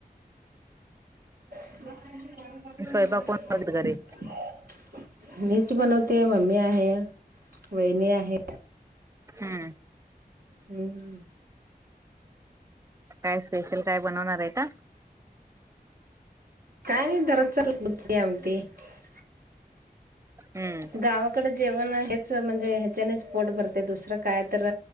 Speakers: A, on the right; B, on the right.
A: <unintelligible>
B: स्वयंपाक कोण करत घरी
A: मीच बनवते मम्मी आहे वहिणी आहे.
B: हम्म.
A: हम्म हम्म
B: काय स्पेशल काय बनवणार आहे का?
A: काय नई दरोज <unintelligible>
B: हम्म.
A: गावाकडे जेवण हेच म्हणजे ह्याच्यानेच पोट भरते दुसरं काय तर?